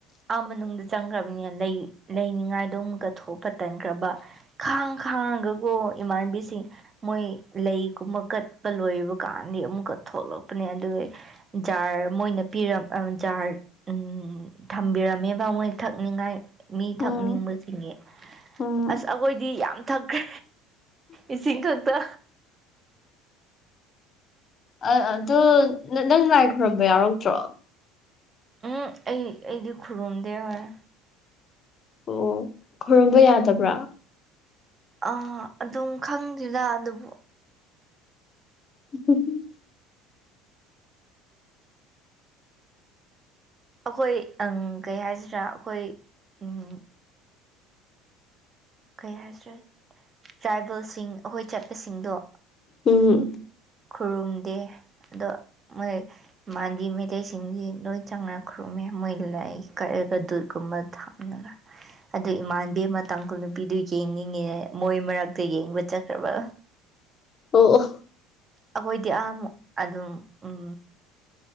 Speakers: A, on the right (about 30°); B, on the left (about 35°).
A: ꯑꯥ ꯃꯅꯨꯡꯗ ꯆꯪꯈ꯭ꯔꯕꯅꯤꯅ ꯂꯩ ꯂꯩꯅꯤꯡꯉꯥꯏꯗꯣ ꯑꯃꯨꯛꯀ ꯊꯣꯛꯄ ꯇꯟꯈ꯭ꯔꯕ ꯈꯥꯡ ꯈꯥꯡꯉꯒꯒꯣ ꯏꯃꯥꯟꯅꯕꯤꯁꯤꯡ ꯃꯣꯏ ꯂꯩꯒꯨꯝꯕ ꯀꯠꯄ ꯂꯣꯏꯕ ꯀꯥꯟꯗꯤ ꯑꯃꯨꯛꯀ ꯊꯣꯛꯂꯛꯄꯅꯦ ꯑꯗꯨꯑꯩ ꯖꯥꯔ ꯃꯣꯏꯅ ꯄꯤꯔꯞ ꯑ ꯖꯥꯔ ꯎꯝ ꯊꯝꯕꯤꯔꯝꯃꯦꯕ ꯃꯣꯏ ꯊꯛꯅꯤꯡꯉꯥꯏ ꯃꯤ
B: ꯎꯝ
A: ꯊꯛꯅꯤꯡꯕꯁꯤꯡꯉꯦ
B: ꯎꯝ
A: ꯑꯁ ꯑꯒꯣꯏꯗꯤ ꯌꯥꯝ ꯊꯛꯈꯦ ꯏꯁꯤꯡ ꯈꯛꯇ
B: ꯑ ꯑꯗꯨꯠ ꯅ ꯅꯪ ꯂꯥꯏ ꯈꯨꯔꯨꯝꯕ ꯌꯥꯎꯔꯛꯇ꯭ꯔꯣ
A: ꯎꯝ ꯑꯩ ꯑꯩꯗꯤ ꯈꯨꯔꯨꯝꯗꯦ ꯍꯣꯏꯌꯦ
B: ꯑꯣ ꯈꯨꯔꯝꯕ ꯌꯥꯗꯕ꯭ꯔꯥ
A: ꯑꯥ ꯑꯗꯨꯝ ꯈꯪꯗ꯭ꯔꯤꯗ ꯑꯗꯨꯕꯨ
B: ꯍꯝꯍꯝꯍꯝ
A: ꯑꯈꯣꯏ ꯑꯪ ꯀꯩ ꯍꯥꯏꯁꯤꯔꯥ ꯑꯈꯣꯏ ꯎꯝ ꯀꯩ ꯍꯥꯏꯁꯤꯔꯠ ꯇ꯭ꯔꯥꯏꯕꯜꯁꯤꯡ ꯑꯈꯣꯏ ꯆꯠꯄꯁꯤꯡꯗꯣ
B: ꯎꯝ
A: ꯈꯨꯔꯨꯝꯗꯦ ꯑꯗꯣ ꯃꯣꯏ ꯃꯥꯥꯟꯗꯤ ꯃꯩꯇꯩꯁꯤꯡꯅꯤ ꯂꯣꯏ ꯆꯪꯅꯈ꯭ꯔꯨꯝꯃꯦ ꯃꯣꯏ ꯂꯩꯥꯏ ꯀꯛꯑꯦꯒ ꯗꯨꯠꯀꯨꯝꯕ ꯊꯞꯂꯒ ꯑꯗꯨ ꯏꯃꯥꯟꯕꯤ ꯑꯃ ꯇꯥꯡꯈꯨꯜ ꯅꯨꯄꯤꯗꯨ ꯌꯦꯡꯅꯤꯡꯉꯤ ꯌꯩ ꯃꯣꯏ ꯃꯔꯛꯇ ꯌꯦꯡꯕ ꯆꯠꯈ꯭ꯔꯕ
B: ꯑꯣ ꯑꯣ
A: ꯑꯈꯣꯏꯗꯤ ꯑꯥꯃꯨꯛ ꯑꯗꯨꯝ ꯑꯝ